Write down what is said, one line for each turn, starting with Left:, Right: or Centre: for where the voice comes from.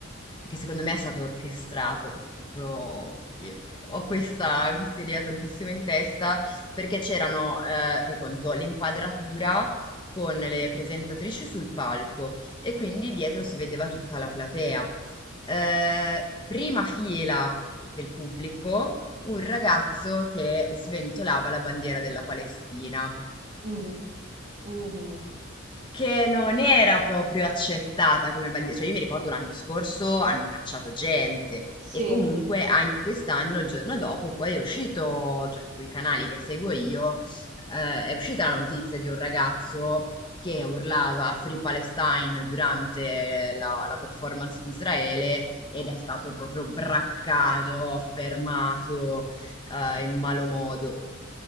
Left: che secondo me è stato orchestrato, ma proprio io, io ho questa, questa idea tantissimo in testa, perché c'erano, eh, fai conto, l'inquadratura con le presentatrici sul palco e quindi dietro si vedeva tutta la platea. Eh, prima fila del pubblico un ragazzo che sventolava la bandiera della Palestina
Right: mh-mh, mh-mh,
Left: che non era proprio accettata come bandiera. Cioè, io mi ricordo l'anno scorso hanno cacciato gente
Right: sì.
Left: e comunque anche quest'anno, il giorno dopo, poi è uscito, cioè sui canali che seguo io, eh, è uscita la notizia di un ragazzo che urlava Free Palestine durante la, la performance di Israele ed è stato proprio braccato, fermato, eh, in malo modo.